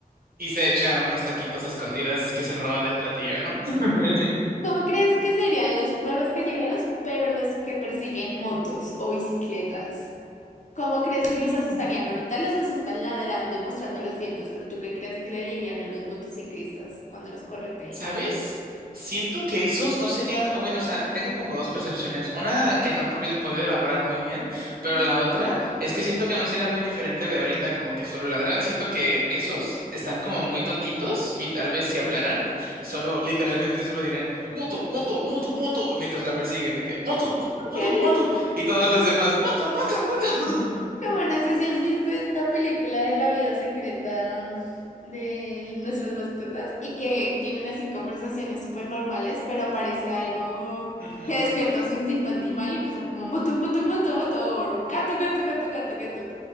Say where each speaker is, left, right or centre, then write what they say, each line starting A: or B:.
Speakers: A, on the right; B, on the left.
A: Y se echa unos taquitos a escondidas que se roba del platillo, ¿no? <laughs>
B: ¿Cómo crees que serían los perros callejeros, pero los que persiguen motos o bicicletas? ¿Cómo crees
A: Mm.
B: que los asustarían? Ahorita los asustan ladrando y mostrando los dientes, pero ¿tú qué crees que le dirían a los motociclistas cuando los correteen?
A: ¿Sabes? Siento que esos no serían, o bueno, o sea, tengo como dos percepciones. Una que no he podido, podido elaborar muy bien, pero
B: Ujú.
A: la otra es que siento que no sería muy diferente de ahorita, como que solo ladran. Siento que esos están como muy tontitos y tal vez si hablaran, solo, literalmente solo dirían, moto, moto, moto, moto, mientras la persiguen, de que, moto,
B: Ok,
A: moto, moto,
B: ok.
A: y todos los demás, moto, moto, moto.
B: Como no sé si has visto esta película de la vida secreta mm, de nuestras mascotas y que tienen así conversaciones súper normales, pero aparece algo
A: <laughs> Ujú,
B: que despierta su instinto animal y empiezan como moto, moto, moto, moto, o gato, gato, gato, gato, gato.